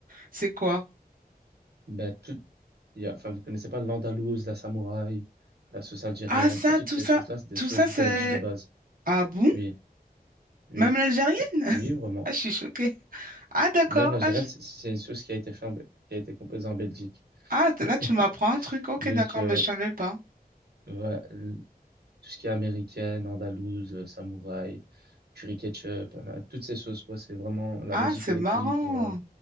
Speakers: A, on the right; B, on the right.
A: C'est quoi?
B: Ben, tout, il y a, enfin, vous connaissez pas l'andalouse, la samouraï, la sauce algérienne,
A: Ah, ça,
B: enfin, toutes
A: tout
B: ces
A: ça,
B: sauces-là, c'est des
A: tout
B: sauces
A: ça, c'est...
B: belges de base.
A: Ah bon?
B: Oui, oui,
A: Même l'algérienne?
B: oui,
A: <laughs>
B: vraiment.
A: Ah, je suis choquée. Ah, d'accord.
B: Même l'algérienne,
A: Ah, je-
B: c'est c'est une sauce qui a été faite, en Be- qui a été composée en Belgique.
A: ah, t-
B: <laughs>
A: là, tu m'apprends un truc. Ok,
B: Donc,
A: d'accord,
B: euh,
A: mais je savais pas.
B: ouais, le- tout ce qui est américaine, andalouse, euh, samouraï, curry ketchup, euh, toutes ces sauces, quoi, c'est vraiment, la
A: Ah,
B: Belgique,
A: c'est
B: elle
A: marrant.
B: est connue pour, euh,